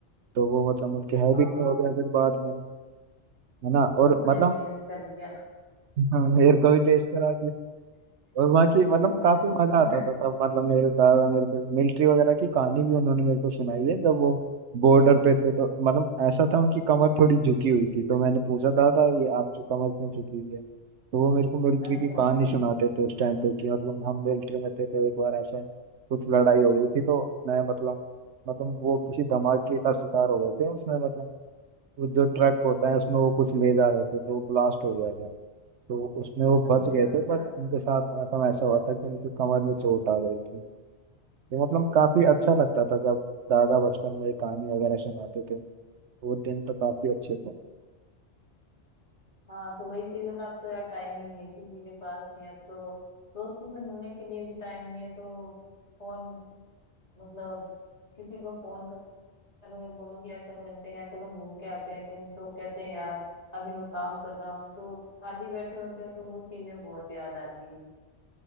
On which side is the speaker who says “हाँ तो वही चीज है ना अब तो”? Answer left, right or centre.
Left